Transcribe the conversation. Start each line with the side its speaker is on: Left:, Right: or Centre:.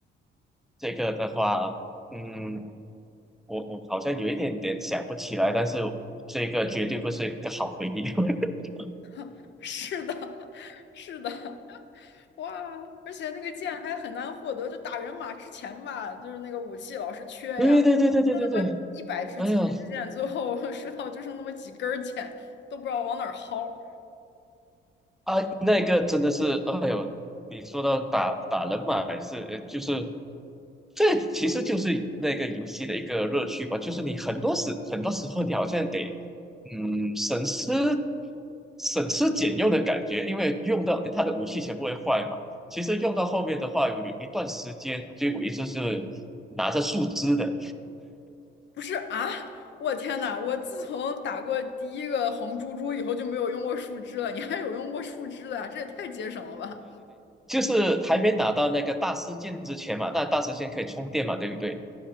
Centre: 这个的话，嗯，我我好像有一点点想不起来，但是这个绝对不是一个好回忆。<laughs>
Left: <laughs> 是的，<laughs> 是的。哇，而且那个剑还很难获得，就打人马之前吧，就是那个武器老是缺呀，
Centre: 对对对对对对对，
Left: 就那么一百支、
Centre: 哎呦
Left: 几十支箭，最后 <laughs> 射到就剩那么几根儿箭，都不知道往哪儿薅。
Centre: 啊，那个真的是，哎呦，你说到打打人嘛，还是呃就是这其实就是那个游戏的一个乐趣吧，就是你很多时很多时候你好像得嗯，省吃省吃俭用的感觉，因为用到他的武器全部会坏嘛。其实用到后面的话，有有一段时间，就我一直是拿着树枝的，
Left: 不是啊，我天呐，我自从打过第一个红猪猪以后就没有用过树枝了，你还有用过树枝的呀？这也太节省了吧？
Centre: 就是还没拿到那个大师剑之前嘛，那大师剑可以充电嘛，对不对？